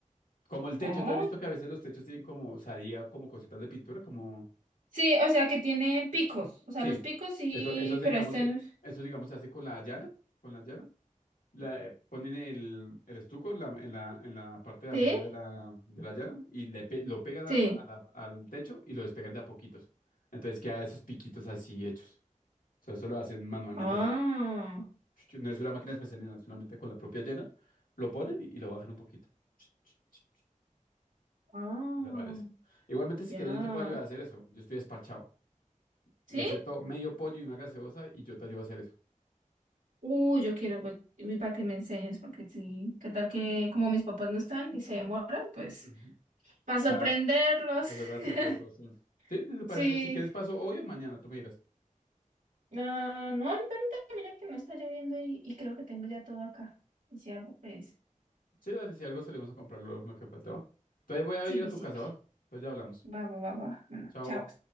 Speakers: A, on the left (about 85°); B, on the right (about 75°).
A: como el techo.
B: Oh.
A: ¿Tú has visto que a veces los techos tienen como salida, como cositas de pintura, como,
B: Sí, o sea que tienen picos. O sea,
A: sí,
B: los picos sí,
A: eso, eso se,
B: pero
A: digamos,
B: este.
A: eh, eso digamos se hace con la llana, con la llana. la, eh, ponen el, el estuco en la, en la, en la parte de
B: Sí,
A: arriba de la, de la llana y le pe- lo pegan
B: sí.
A: a la pa- a la- al techo y lo despegan de a poquitos. Entonces queda esos piquitos así hechos. O sea, eso lo hacen manualmente
B: Ah,
A: así. Ch- ch- No es una máquina especial, no, solamente con la propia llana lo ponen y lo bajan un poquito. Ch- ch- ch-
B: ah,
A: Desaparece. Igualmente, si
B: ya.
A: quieres, yo te puedo ayudar a hacer eso. Yo estoy esparchado.
B: ¿Sí?
A: Le acepto medio pollo y una gaseosa y yo te ayudo a hacer eso.
B: Uy, yo quiero pues, y para que me enseñes, porque sí. ¿Qué tal que como mis papás no están y se demoran? Pues
A: Ujú.
B: para sorprenderlos.
A: Para volver a
B: <laughs>
A: sorpresas sí. Sí, ¿te parece?
B: Sí.
A: Si quieres, paso hoy o mañana, tú me dirás.
B: Ah, no, ahorita, ahorita, mira que no está lloviendo y, y creo que tengo ya todo acá. Y si algo, pues,
A: Sí, dale, si algo salimos a comprar lo, lo que faltaba. Entonces voy a
B: sí,
A: ir
B: sí,
A: a tu
B: sí.
A: casa, ¿va? Entonces ya hablamos.
B: Va, va, va, va. Bueno,
A: Chao.
B: chao.